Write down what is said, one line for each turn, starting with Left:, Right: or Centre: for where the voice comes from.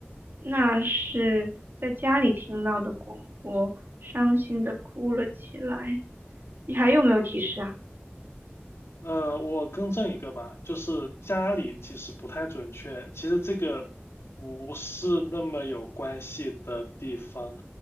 Right: 那是在家里听到的广播，伤心的哭了起来。你还有没有提示啊？
Left: 呃，我更正一个吧，就是家里其实不太准确，其实这个不是那么有关系的地方。